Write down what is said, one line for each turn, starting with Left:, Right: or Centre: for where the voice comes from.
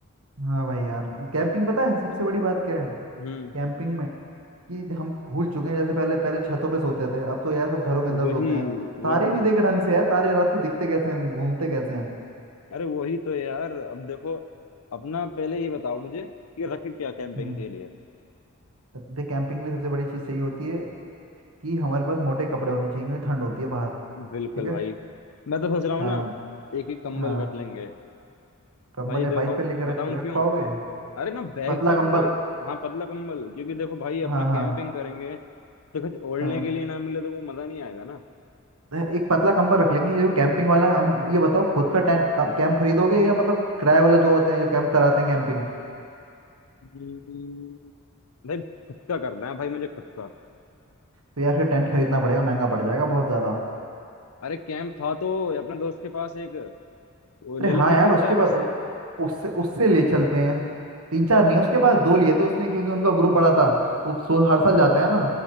Right: हाँ भाई यार कैंपिंग पता है सबसे बड़ी बात क्या है
Left: हम्म
Right: कैंपिंग में कि हम भूल चुके हैं जैसे पहले पहले छतों पे सोते थे अब तो यार सब घरों के
Left: वही
Right: अंदर सोते हैं तारे
Left: वही
Right: नहीं देखे ढंग से यार तारे रात को दिखते कैसे हैं घूमते कैसे हैं
Left: अरे वही तो यार अब देखो अपना पहले ये बताओ मुझे कि रख क्या कैंपिंग
Right: हम्म।
Left: के लिए
Right: देख कैंपिंग के लिए सबसे बड़ी चीज़ सही होती है कि हमारे पास मोटे कपड़े होने चाहिए क्योंकि ठंड होती है बाहर
Left: बिल्कुल
Right: ठीक है
Left: भाई मैं तो सोच रहा हूँ
Right: हाँ
Left: ना एक ही कंबल
Right: हाँ
Left: रख लेंगे
Right: कंबल
Left: भाई
Right: या
Left: देखो
Right: बाइक पे लेकर
Left: बताऊँ
Right: रख रख
Left: क्यों
Right: पाओगे
Left: अरे ना बैग
Right: पतला
Left: पे अपना
Right: कंबल
Left: हाँ पतला कंबल क्योंकि देखो भाई अपना
Right: हाँ
Left: कैंपिंग
Right: हाँ
Left: करेंगे तो कुछ ओढ़ने
Right: हाँ
Left: के लिए ना मिले तो वो मजा नहीं आएगा ना
Right: अ, एक पतला कंबल रख लेंगे जो कैंपिंग वाला हम ये बताओ खुद का टेंट कैंप खरीदोगे या मतलब किराए वाला जो होते हैं जो कैंप कराते हैं कैंपिंग
Left: हम्म, भाई खुद का करना है भाई मुझे खुद का
Right: तो यार फिर टेंट खरीदना पड़ेगा महंगा पड़ जाएगा बहुत ज़्यादा
Left: अरे कैंप था तो अपने दोस्त के पास एक वो ले
Right: अरे हाँ
Left: लेंगे
Right: यार
Left: तीन
Right: उसके
Left: चार
Right: पास
Left: उससे
Right: उ- उससे उससे ले चलते हैं तीन चार नहीं उसके पास दो लिए थे उसने क्योंकि उनका ग्रुप बड़ा था वो सो, हर साल जाते हैं ना